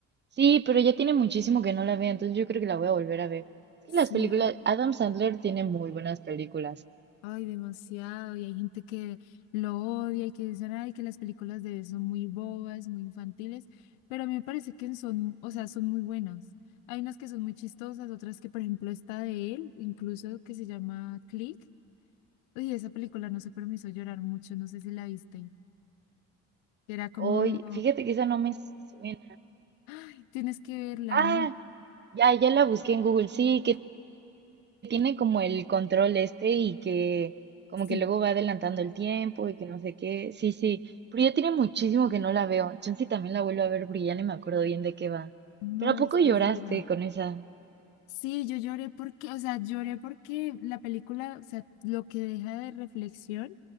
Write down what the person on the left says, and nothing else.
Sí.
Ay, demasiado. Y hay gente que lo odia y que dicen, ay, que las películas de él son muy bobas, muy infantiles. Pero a mí me parece que son, o sea, son muy buenas. Hay unas que son muy chistosas, otras que, por ejemplo, esta de él, incluso que se llama Click. Oye, esa película no se permiso llorar mucho, no sé si la viste. Era como,
ay, tienes que verla.
no".
Sí,
No,
estás
divina.
Sí, yo lloré porque, o sea, lloré porque la película, o sea, lo que deja de reflexión